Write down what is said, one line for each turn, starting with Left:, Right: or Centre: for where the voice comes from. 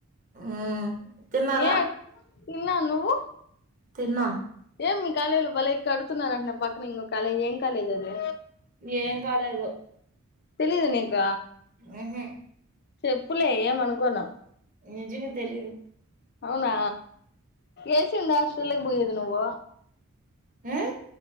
Right: ఆ తిన్నారా
Left: ఏ తిన్నా నువ్వు
Right: తిన్నా
Left: ఏం మీ కాలేజ్ లో బలే ఎ కడుతున్నారు అంటా నే పక్కన ఇం <unintelligible> కాలేజ్ ఏమ్ కాలేజ్ అది
Right: ఏం కాలేదు
Left: తెలీద నీకు
Right: ఉహు
Left: చెప్పులే ఏమానుకొను
Right: నిజంగా తెలీదు
Left: అవునా ఏసి ఉండె హాస్టల్లోకి పోయెది నువ్వు
Right: మ్మ్